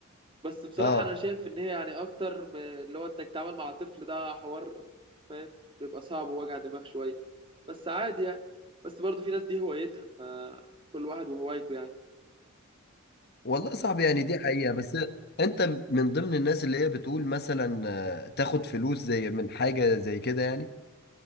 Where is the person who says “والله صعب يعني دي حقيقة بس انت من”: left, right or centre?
Left